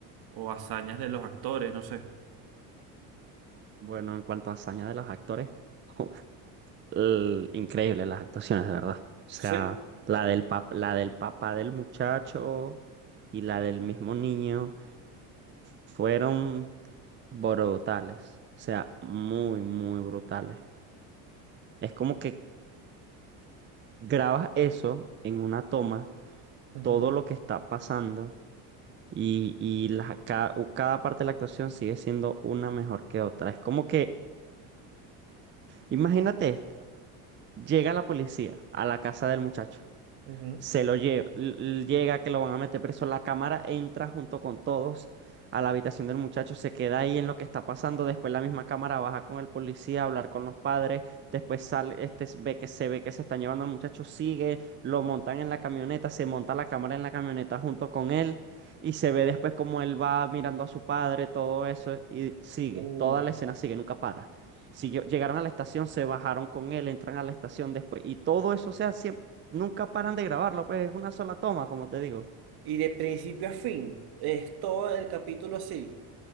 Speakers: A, on the right (about 55°); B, on the right (about 25°).
A: o, o hazañas de los actores, no sé.
B: Bueno, en cuanto a hazaña de los actores, <laughs> el- increíble las actuaciones, de verdad. O sea,
A: Sí.
B: la del pap- la del papá del muchacho y la del mismo niño. fueron brutales, o sea, muy, muy brutales. Es como que grabas eso en una toma,
A: Ujú,
B: todo lo que está pasando y, y la- cada, u- cada parte de la actuación sigue siendo una mejor que otra. Es como que, imagínate esto, llega la policía a la casa del muchacho.
A: ujú.
B: Se lo lleva, l- llega que lo van a meter preso. La cámara entra junto con todos a la habitación del muchacho, se queda ahí en lo que está pasando. Después la misma cámara baja con el policía a hablar con los padres. Después sale, este s- ve que se ve que se están llevando al muchacho, sigue, lo montan en la camioneta, se monta la cámara en la camioneta junto con él y se ve después como él va mirando a su padre, todo eso y sigue.
A: Uh,
B: Toda la escena sigue, nunca para. Siguió- llegaron a la estación, se bajaron con él, entran a la estación después y todo eso, o sea, siempre nunca paran de grabarlo, pues es una sola toma, como te digo.
A: y de principio a fin, es todo el capítulo así.